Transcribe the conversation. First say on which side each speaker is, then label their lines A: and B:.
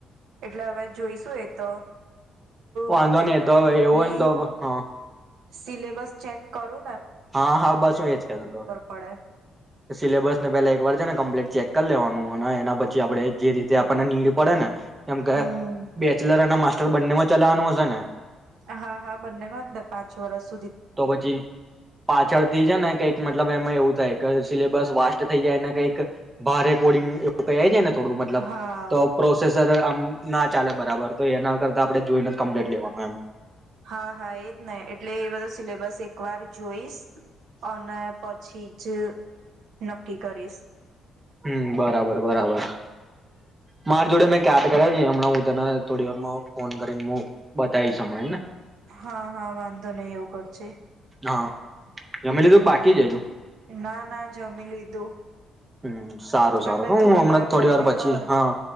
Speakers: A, on the right (about 80°); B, on the right (about 25°).
A: એટલે હવે જોઈશું એ તો.
B: વાંધો
A: વધારે
B: નહી તો
A: ડીપલી
B: એવોને તો હા.
A: સિલેબસ ચેક કરો.
B: હા હા બસ હું એજ કતો હતો
A: પડે.
B: સિલેબસ ને પેલા એક વાર છે ને કમ્પ્લીટ. ચેક કર લેવાનું અને એના પછી આપડે જે રીતે આપને ની પડે ને, કેમ કે
A: હમ્મ.
B: બેચલર અને મા બંને માં ચલાવાનું હશે ને
A: હા હા બંને વાંધ પાંચ વરષ
B: તો પછી પાછળથીઈ જ ને કઈક મ મતબ એમાં એવું સિલેબસ વાસ્ટ થઈ જાય ને કઈક બાર રેકોર્ડિંગ એવું ક જાય ને થોડું મતલબ
A: હા
B: તો પ્રોસેસ. સર, આમ ના ચાલે બરાબર તો એના કરતા આપણે જોઈને કમ્પ્લીટ લેવાનું એમ
A: હા હા એજ ને એટલે એ બધો સિલેબસ એકવાર જોઈશ અને પછી જ નક્કી કરીશ
B: હમ, બરાબર બરાબર મારી જોડે મેં કટ કરાવી હમણાં હું તને થોડી વાર ફોન કરીને હું, બતાવીશ હમણાં ને
A: હા હા વાંધો નહી એવું કરજ
B: હા જમી લીધું કે બાકી જ હજુ
A: ના ના જમી લીધું
B: હમ સારું સારું
A: એટલે
B: તો હું હમણાં થોડી
A: રહીને
B: વાર પછી
A: કર
B: હા